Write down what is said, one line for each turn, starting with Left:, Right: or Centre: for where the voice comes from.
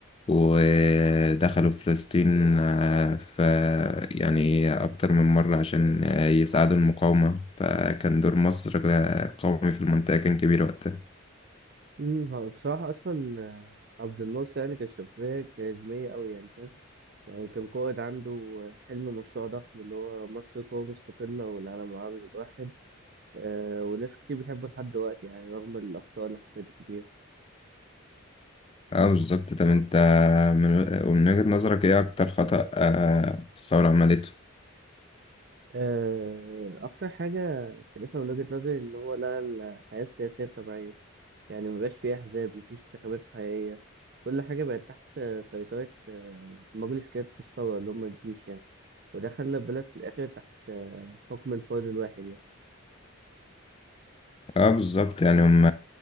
Left: ودخلوا فلسطين آه، ف يعني أكتر من مرة عشان آه، يساعدوا المقاومة فكان دور مصر آه، قومي في المنطقة كان كبير وقتها
Right: امم، هو بصراحة اصلا آه، عبد الناصر يعني كان شخصية كاريزمية أوي يعني فاهم يعني كان قائد عنده حلم مشروع ضخم اللي هو مصر قوة مستقلة والعالم العربي متوحد أه وناس كتير بتحبه لحد دلوقتي يعني رغم الأخطاء اللي حصلت كتير
Left: اه بالظبط طب انت من ومن وجهة نظرك ايه اكتر خطأ آه، الثورة عملته
Right: أه أكتر حاجة شايفها من وجهة نظري إن هو لغى الحياة السياسية الطبيعية يعني مبقاش فيه أحزاب مفيش انتخابات حقيقية كل حاجة بقت تحت سيطرة آه، مجلس قيادة الثورة اللي هم الجيش يعني وده خلى البلد في الآخر تحت آه، حكم الفرد الواحد يعني
Left: اه بالظبط يعني هم